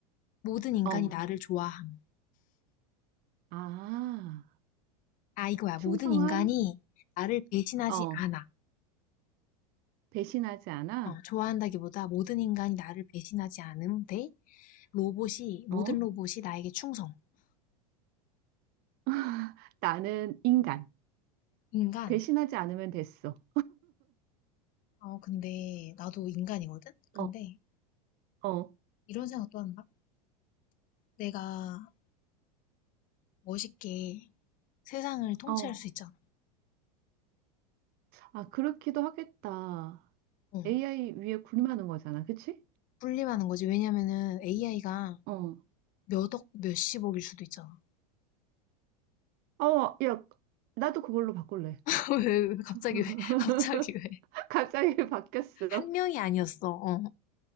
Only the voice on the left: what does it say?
모든 인간이
나를 좋아함.
아, 이거야.
모든 인간이 나를 배신하지
않아.
어, 좋아한다기보다 모든 인간이 나를 배신하지 않음 대 로봇이, 모든
로봇이 나에게 충성.
인간.
어, 근데 나도 인간이거든? 근데
이런 생각도 한다. 내가 멋있게 세상을 통치할
수 있잖아.
어,
군림하는 거지. 왜냐면은 AI가
몇 억, 몇십억일 수도 있잖아.
<laughs> 왜, 왜, 갑자기
왜, <laughs> 갑자기 왜.
한 명이 아니었어. 어,